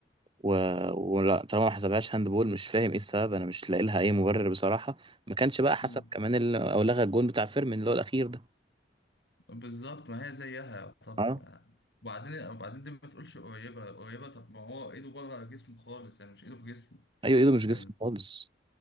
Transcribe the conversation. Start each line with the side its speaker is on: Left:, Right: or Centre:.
Right: و... ولا طالما ما حسبهاش هاند بول مش فاهم ايه السبب انا مش لاقي لها اي مبرر بصراحه ما كانش بقى حسب
Left: آه،
Right: كمان ال... او لغى الجون بتاع فيرمين اللي هو الاخير ده
Left: بالظبط ما هي زيها طب
Right: اه
Left: يعني. وبعدين وبعدين دي ما تقولش قريبة قريبة طب ما هو ايده بره جسمه خالص يعني مش ايده في جسمه
Right: ايوه ايده مش جسم
Left: ال-
Right: خالص